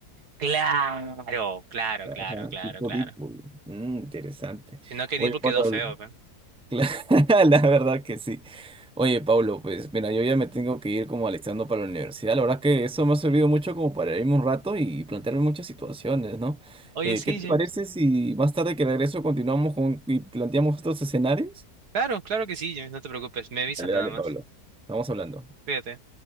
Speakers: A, on the right; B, in the centre.
A: Claro, claro,
B: Ajá,
A: claro, claro,
B: tipo
A: claro.
B: Deadpool. Mm, interesante.
A: Si no, que
B: Oye,
A: tipo quedó
B: Pablo,
A: feo, pe.
B: <laughs> La verdad que sí. Oye, Pablo, pues mira, yo ya me tengo que ir como alistando para la universidad. La verdad que eso me ha servido mucho como para irme un rato y plantearme muchas situaciones, ¿no?
A: Oye,
B: Eh,
A: sí,
B: ¿qué te
A: James.
B: parece si más tarde que regreso continuamos con y planteamos estos escenarios?
A: Claro, claro que sí, James, no te preocupes. Me avisas
B: Dale,
A: nada
B: dale,
A: más.
B: Pablo. Estamos hablando.
A: Cuídate.